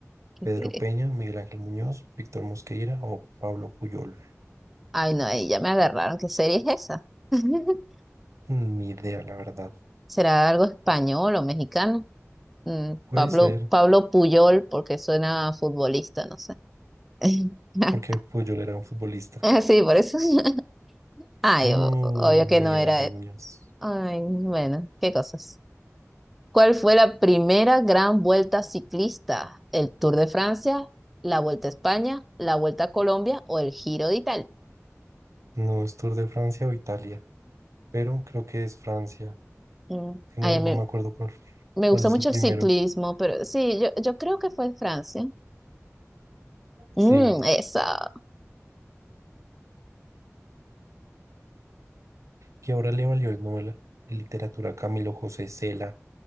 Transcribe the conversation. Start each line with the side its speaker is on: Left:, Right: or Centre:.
Centre: Qué
Right: Pedro
Centre: pereza.
Right: Peña, Miguel Ángel Muñoz, Víctor Mosqueira o Pablo Puyol.
Centre: Ay, no, ahí ya me agarraron. ¿Qué serie es esa? <laughs>
Right: Ni idea, la verdad.
Centre: ¿Será algo español o mexicano? Mm,
Right: Puede
Centre: Pablo,
Right: ser,
Centre: Pablo Puyol, porque suena a futbolista, no sé. <laughs>
Right: porque Puyol era un futbolista.
Centre: Ah, Sí, por eso. <laughs> Ay,
Right: No,
Centre: o- obvio
Right: Miguel
Centre: que no era
Right: Ángel
Centre: él.
Right: Muñoz.
Centre: Ay, bueno, qué cosas. ¿Cuál fue la primera gran vuelta ciclista? ¿El Tour de Francia, la Vuelta a España, la Vuelta a Colombia o el Giro de Italia?
Right: No es Tour de Francia o Italia, pero creo que es Francia.
Centre: Mm,
Right: que
Centre: Ay,
Right: No,
Centre: a
Right: no
Centre: mí
Right: me acuerdo cuál,
Centre: me gusta
Right: cuál es
Centre: mucho
Right: el primero.
Centre: el ciclismo, pero sí, yo, yo creo que fue en Francia. Mm,
Right: Sí,
Centre: esa.
Right: que ahora le valió el Nobel de Literatura a Camilo José Cela